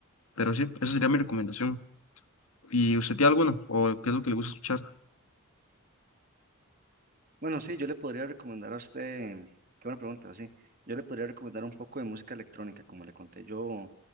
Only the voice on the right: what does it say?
Bueno, sí, yo le podría recomendar a usted, qué buena pregunta, sí, yo le podría recomendar un poco de música electrónica, como le conté, yo